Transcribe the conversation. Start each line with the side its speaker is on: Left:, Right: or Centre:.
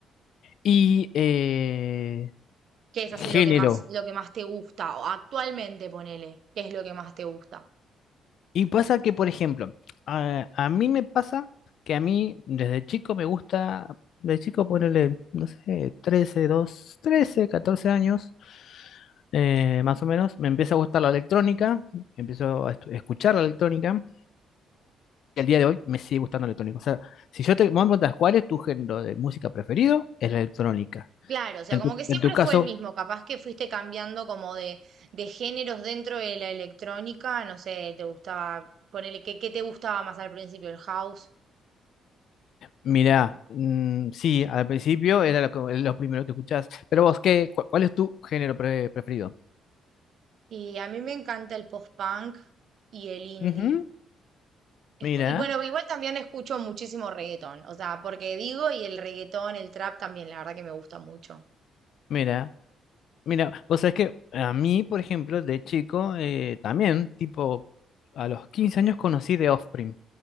Left: y eh,
Right: ¿Qué es
Left: género.
Right: así lo que más, lo que más te gusta? O actualmente, ponele, ¿qué es lo que más te gusta?
Left: Y pasa que, por ejemplo, a, a mí me pasa que a mí desde chico me gusta, de chico ponerle, no sé, 13 2 13 14 años, eh, más o menos, me empieza a gustar la electrónica, empiezo a estu- escuchar la electrónica. que al día de hoy me sigue gustando la electrónica. O sea, si yo te vos me preguntas cuál es tu género de música preferido, es la electrónica.
Right: Claro, o sea,
Left: En
Right: como
Left: tu,
Right: que siempre
Left: en tu caso,
Right: fue el mismo, capaz que fuiste cambiando como de, de géneros dentro de la electrónica, no sé, te gustaba, ponele, ¿qué, qué te gustaba más al principio, el house?
Left: mirá, mm, sí, al principio era lo, que- lo primero que escuchás, pero vos, ¿qué, cu- cuál es tu género pre- preferido?
Right: Y a mí me encanta el post-punk y el indie.
Left: Ujú,
Right: Esco-
Left: Mira,
Right: Y bueno, igual también escucho muchísimo reggaetón, o sea, porque digo, y el reggaetón, el trap también, la verdad que me gusta mucho.
Left: mira, mira, vos sabés que a mí, por ejemplo, de chico, eh, también, tipo, a los 15 años conocí The Offspring,